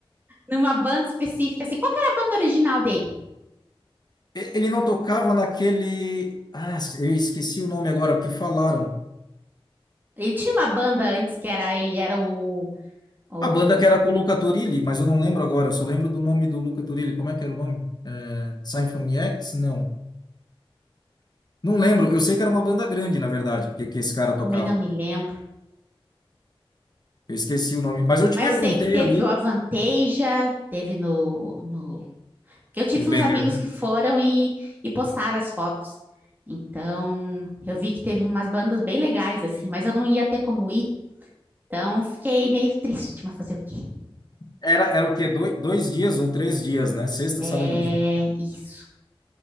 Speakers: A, on the right (about 20°); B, on the left (about 45°).
A: numa banda específica, assim. Qual que era a banda original dele?
B: E- Ele não tocava naquele. Ah, eu esqueci o nome agora, porque falaram.
A: Ele tinha uma banda antes que era, ele era o, o...
B: A banda que era com o Luca Turilli, mas eu não lembro agora, eu só lembro do nome do Luca Turilli. Como é que era o nome? É, Symphony X? Não. Não lembro, eu sei que era uma banda grande, na verdade, que, que esse cara tocava.
A: Também não me lembro.
B: Eu esqueci o nome, mas eu
A: Mas
B: te perguntei
A: eu sei que teve
B: ali
A: o Avanteja, teve no, no... que Eu tive
B: no Banger,
A: uns amigos
B: né?
A: que foram e, e postaram as fotos. Então, eu vi que teve umas bandas bem legais, assim, mas eu não ia ter como ir. Então, fiquei meio triste, mas fazer o quê?
B: Era, era o quê? Doi- dois dias ou três dias, né? Sexta,
A: É
B: sábado e domingo.
A: isso,